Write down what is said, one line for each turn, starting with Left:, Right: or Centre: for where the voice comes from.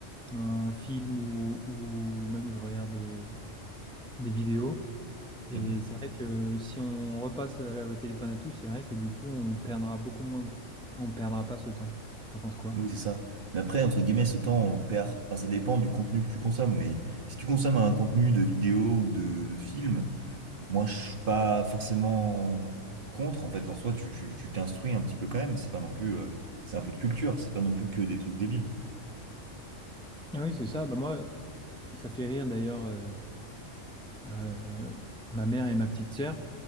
Centre: un film ou, ou même je regarde euh, des vidéos. Et
Right: Mhm.
Centre: c'est vrai que si on repasse à la- au téléphone à touche, c'est vrai que du coup, on perdra beaucoup moins, de- on perdra pas ce temps. T'en penses quoi?
Right: Oui, c'est ça. Mais après, entre guillemets, ce temps, on le perd. Enfin, ça dépend du contenu que tu consommes. Mais si tu consommes un contenu de vidéo ou de, de film, Moi, je suis pas forcément contre. En fait, en soi, tu tu- tu t'instruis un petit peu quand même. C'est pas non plus, euh, c'est un peu de culture. C'est pas non plus que des trucs débiles.
Centre: Ah oui, c'est ça. Bah moi, ça fait rire d'ailleurs euh, euh, ma mère et ma petite sœur.